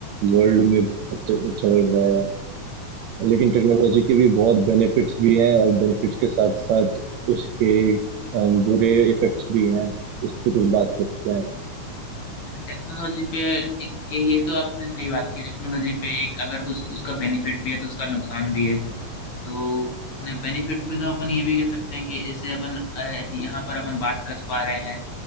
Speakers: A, on the right; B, on the left.
A: वर्ल्ड में अत- चल रहा है लेकिन टेक्नोलॉजी के भी बहुत बेनिफिट्स भी हैं और बेनिफिट्स के साथ साथ उसके अम, बुरे इफेक्ट्स भी हैं उस पर कुछ बात करते हैं
B: टेक्नोलॉजी पे एक ये ये तो आपने सही बात की टेक्नोलॉजी पे एक अगर कुछ उसका बेनिफिट भी है तो उसका नुकसान भी है तो ने बेनिफिट में तो अपन ये भी कह सकते हैं कि इससे अपन अ, यहाँ पर अपन बात कर पा रहे हैं